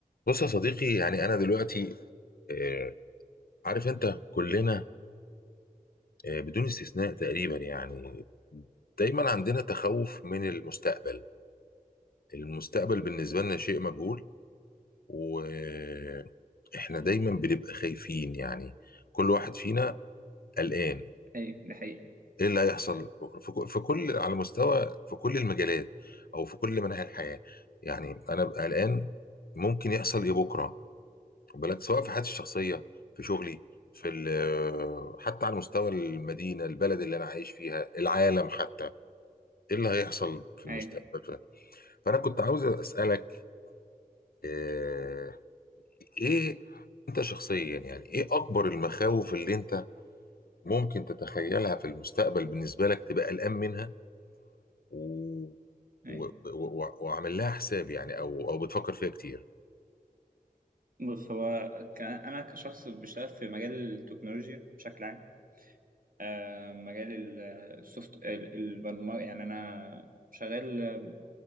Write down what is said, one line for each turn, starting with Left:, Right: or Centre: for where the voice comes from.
Left: بص يا صديقي يعني انا دلوقتي آه، عارف انت كلنا آه، بدون استثناء تقريبا يعني دايما عندنا تخوف من المستقبل المستقبل بالنسبة لنا شيء مجهول واحنا دايما بنبقى خايفين يعني كل واحد فينا قلقان
Right: ايوه ده حقيقي
Left: ايه اللي هيحصل في ك- في كل على مستوى في كل المجالات او في كل مناحي الحياة يعني انا ببقى قلقان ممكن يحصل ايه بكرة خد بالك سواء في حياتي الشخصيه في شغلي في ال- آه، حتى على مستوى المدينه البلد اللي انا عايش فيها العالم حتى ايه اللي هيحصل في المستقبل
Right: ايوه
Left: ف- فانا كنت عاوز اسالك آه، ايه انت شخصيا يعني ايه اكبر المخاوف اللي انت ممكن تتخيلها في المستقبل بالنسبه لك تبقى قلقان منها و...
Right: ايوه
Left: و... و... و- وعامل لها حساب يعني او او بتفكر فيها كتير
Right: بص هو ك... انا كشخص بشتغل في مجال التكنولوجيا بشكل عام آه مجال ال- السوفت ال- البرمجه يعني انا شغال آه،